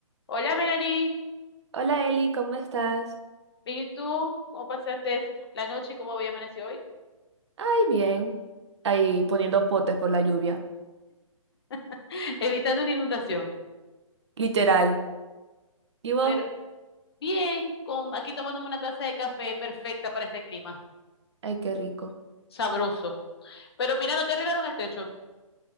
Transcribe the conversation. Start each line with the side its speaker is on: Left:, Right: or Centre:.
Left: Hola, Melanie.
Right: Hola Eli, ¿cómo estás?
Left: ¿Y tú? ¿Cómo pasaste la noche y cómo había amanecido hoy?
Right: Ay, bien. Ahí poniendo potes por la lluvia.
Left: <laughs> Evitando una inundación.
Right: Literal. ¿Y vos?
Left: Pero bien, con, aquí tomándome una taza de café perfecta para este clima.
Right: Ay, qué rico.
Left: Sabroso. Pero mira, no te arreglaron el techo.